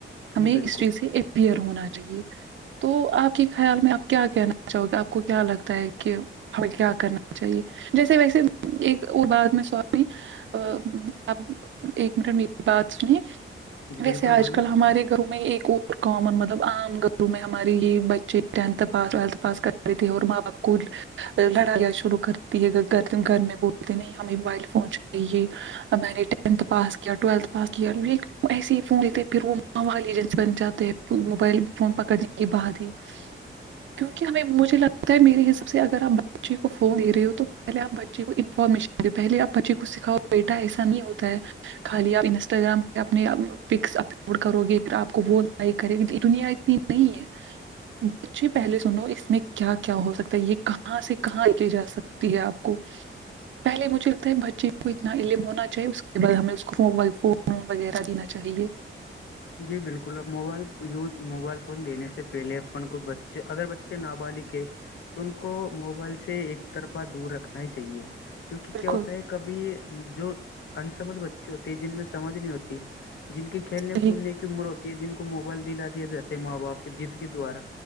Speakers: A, on the right; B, on the left.
A: ہمیں
B: جی بالکل
A: اس چیز سے اپپیر ہونا چاہیے تو آپ کے خیال میں آپ کیا کہنا اچھا ہوتا گ آپ کو کیا لگتا ہے کہ ہمیں کیا کرنا چاہیے جیسے ویسے ایک اور بات میں سی ا اب ایک منٹ میری بات سنی
B: جی بالکل
A: ویسے آج
B: بولیے
A: کل ہمارے گھروں میں ایک اور اور کامن مطلب عام گھروں میں ہماری یہ بچے ٹینتھ پاس ٹویلتھ پاس کر تے اور ماں باپ کو لڑائی شروع کر ختم کرنے بولتے نہیں ہمیں موبائل فون چاہیے یہ میں نے ٹینتھ پاس کیا ٹویلتھ پاس کیا یہ ایسے ہی فون تھے پھر وہ اں والی ایجنسی بن جاتے ہے موبائل فون پکڑنے کے بعد ہی کیونکہ ہمیں مجھے لگتا ہے میرے حساب سے اگر آپ بچے کو فون دے رہے ہو تو پہلے آپ بچے کو انفارمیشن پہلے آپ بچے کو سکھاؤ بیٹا ایسا نہیں ہوتا ہے خالی آپ انسٹاگرام پہ اپنے پکس اپلوڈ کرو گے پھر آپ کو وہ لائک کرے گی دنیا اتنی <unintelligible> پہلے سنو اس میں کیا کیا ہو سکتا ہے یہ کہاں سے کہاں لے کے جا سکتی ہے آپ پہلے مجھے لگتا ہے بچے کو اتنا علم ہونا چاہے اس کے بعد ہم اس کو موبائل فون وغیرہ دینا چاہیے
B: جی بالکل موبائل یوز موبائل فون دینے سے پہلے اپن کو بچے اگر بچے نا بالغ ہے تو ان کو موبائل سے ایک طرفہ دور رکھنا ہی چاہیے کیونکہ
A: بالکل
B: کیا ہوتا ہے کب بھی جو ان سمجھ بچے ہوتے ہیں جن میں سمجھ نہیں ہوتی جن کے کھیلنے
A: صحیح
B: کودنے کی کی عمر ہوتی ہے جن کو موبائل دلا دیا جاتا ہے ماں باپ کی جد کے دوارا